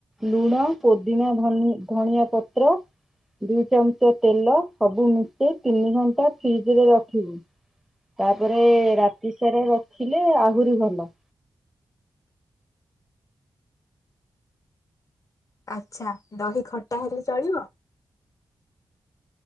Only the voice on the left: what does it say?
ଆଛା ଦହି ଖଟା ହେଲେ ଚଳିବ?